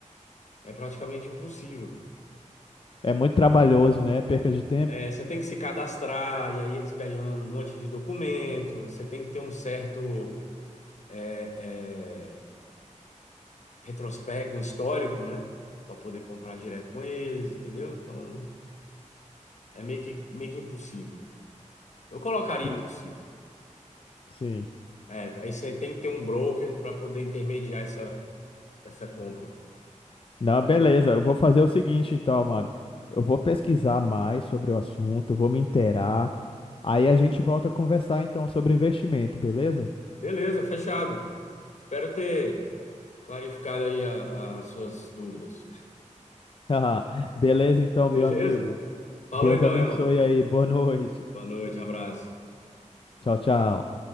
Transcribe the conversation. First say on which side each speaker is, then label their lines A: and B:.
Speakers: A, on the left (about 65°); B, on the left (about 45°).
A: é praticamente impossível.
B: É muito trabalhoso, né? Perca de tempo.
A: É, você tem que se cadastrar, e aí eles pedem um monte de documento, você tem que ter um certo é, é, retrospecto, um histórico, né? Para poder comprar direto com eles, entendeu? Então é meio que, meio que impossível. Eu colocaria
B: Sim,
A: impossível.
B: sim. sim.
A: É, aí você tem que ter um broker para poder intermediar essa, essa compra.
B: Não, beleza. Eu vou fazer o seguinte, então, mano. Eu vou pesquisar mais sobre o assunto, eu vou me inteirar. Aí a gente volta a conversar, então, sobre investimento, beleza?
A: Beleza, fechado. Espero ter clarificado aí a- as suas dúvidas.
B: <laughs> Beleza,
A: <laughs>
B: então,
A: Beleza?
B: meu amigo.
A: Falou
B: Deus
A: então,
B: abençoe
A: meu irmão.
B: aí. Boa noite.
A: Boa noite, abraço.
B: Tchau, tchau.